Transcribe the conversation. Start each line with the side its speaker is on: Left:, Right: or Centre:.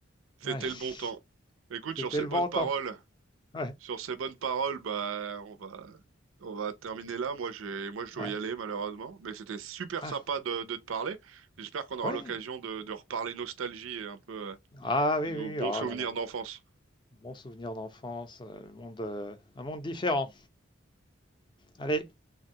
Right: C'était
Left: Ouais,
Right: le bon temps.
Left: <laughs>
Right: Écoute,
Left: c'était
Right: sur ces
Left: le
Right: bonnes
Left: bon temps.
Right: paroles,
Left: Ouais,
Right: sur ces bonnes paroles, bah on va, on va terminer là. Moi, j'ai, moi je dois
Left: ouais.
Right: y aller malheureusement, mais c'était super
Left: Ah,
Right: sympa de, de te parler. J'espère qu'on aura
Left: ouais.
Right: l'occasion de, de reparler nostalgie et un peu euh,
Left: Ah oui,
Right: de nos
Left: oui,
Right: bons
Left: oui, oh
Right: souvenirs
Left: là là.
Right: d'enfance.
Left: Bon souvenir d'enfance, euh, monde, euh, un monde différent. Allez,